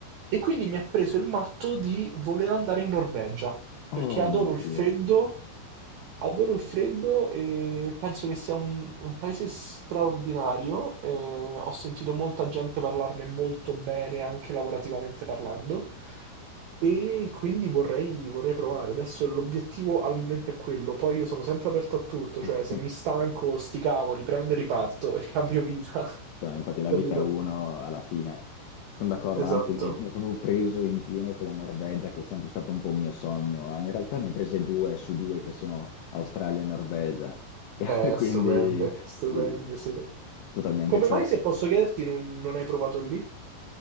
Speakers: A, on the right (about 85°); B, on the left (about 75°).
A: E quindi mi ha preso il matto di voler andare in Norvegia, perché
B: Oh
A: adoro
B: mio
A: il
B: Dio.
A: freddo, adoro il freddo e penso che sia un, un paese straordinario. eh, ho sentito molta gente parlarne molto bene, anche lavorativamente parlando, e quindi vorrei, vorrei provare. Adesso l'obiettivo al momento è quello, poi io sono sempre aperto a tutto,
B: <laughs>
A: cioè se mi stanco, sti cavoli, prendo e riparto e cambio vita. <laughs>
B: Cioè, Infatti la
A: Capito?
B: vita è uno alla fine. Sono d'accordo,
A: Esatto.
B: anzi mi hai mi hai proprio preso in pieno con la Norvegia, che è sempre stato un po' un mio sogno. Eh, In realtà ne hai prese due su due che sono Australia e Norvegia. <laughs>
A: Eh,
B: Quindi
A: stupende, stupende,
B: sì,
A: sì.
B: totalmente
A: Come
B: ciò.
A: mai, se posso chiederti, non, non hai provato lì?